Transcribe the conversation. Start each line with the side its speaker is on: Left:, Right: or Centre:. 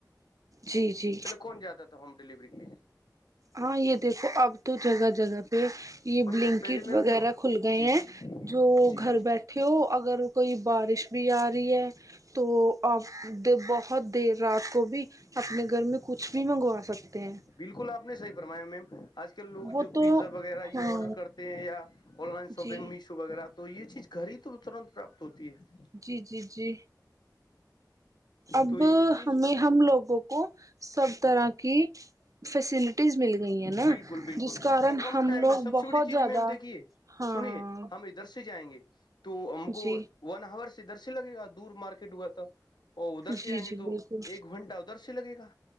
Right: جی جی
Left: پہلے کون جاتا تھا ہوم ڈیلیوری کے لیے
Right: ہاں یہ دیکھو اب تو جگہ جگہ پہ یہ
Left: انہیں
Right: بلنکٹ
Left: پہلے میم
Right: وغیرہ
Left: جو
Right: کھل گئے
Left: جی
Right: ہیں
Left: جی
Right: جو
Left: جی
Right: گھر بیٹھ کیو اگر کوئی بارش بھی آ رہی ہے تو آپ بہت دیر رات کو بھی اپنے گھر میں کچھ بھی منگوا سکتے ہیں
Left: بالکل آپ نے صحی فرمایا میم آج کل لوگ
Right: وہ
Left: جو
Right: تو
Left: پیزا وغیرہ یہ
Right: ہاں
Left: آرڈر کرتے ہیں یا آن لائن شاپنگ
Right: جی
Left: میشو وغیرہ تو یہ چیز گھر ہی تو ترنت پراپت ہوتی ہے
Right: جی جی جی اب
Left: تو یہ چیز
Right: ہمیں ہم لوگوں کو سب طرح کی فیسلٹیز مل گئی ہیں نا
Left: بالکل بالکل
Right: جس کارن
Left: اور کم
Right: ہم
Left: ٹائم
Right: لوگ
Left: میں سب
Right: بہت
Left: سے بڑی چیز
Right: زیادہ
Left: میم دیکھیے
Right: ہاں
Left: سنیے ہم ادھر ادھر جائیں گے تو ہم کو
Right: جی
Left: ون آور سے درس لگے گا دور مارکیٹ ہوا تھا وہ ادھر سے
Right: جی
Left: آئیں
Right: جی
Left: گے تو
Right: بالکل
Left: ایک گھنٹہ ادھر سے لگے گا